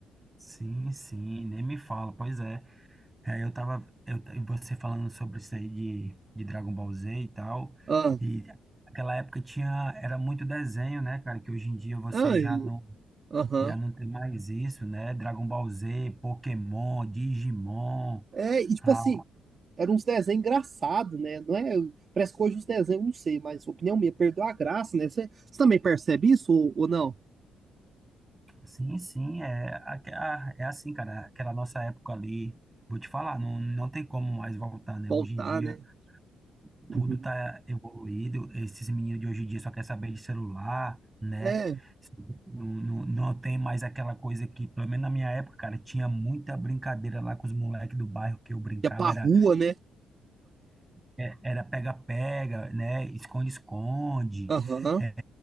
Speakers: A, on the right (about 15°); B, on the right (about 45°).
A: Sim, sim, nem me fala, pois é. É, eu tava, eu, e você falando sobre isso aí de, de Dragon Ball Z e tal,
B: Ah,
A: e naquela época tinha, era muito desenho, né, cara, que hoje em dia você
B: ah,
A: já
B: e-
A: não,
B: aham.
A: já não tem mais isso, né, Dragon Ball Z, Pokémon, Digimon,
B: É, e tipo
A: ah,
B: assim, era uns desenhos engraçados, né? Não é, parece que hoje os desenhos, não sei, mas opinião minha, perdeu a graça, né? Você também percebe isso ou, ou não?
A: sim, sim, é, aque- ah, é assim, cara, aquela nossa época ali, vou te falar, não, não tem como mais voltar, né,
B: Voltar,
A: hoje em dia
B: né? Uhum.
A: Tudo tá evoluído. Esses meninos de hoje em dia só quer saber de celular, né?
B: É,
A: Não, não, não tem mais aquela coisa que, pelo menos na minha época, cara, tinha muita brincadeira lá com os moleques do bairro que eu brincava.
B: ia pra
A: Era
B: rua, né?
A: é, era pega-pega, né? Esconde-esconde.
B: Aham.
A: É,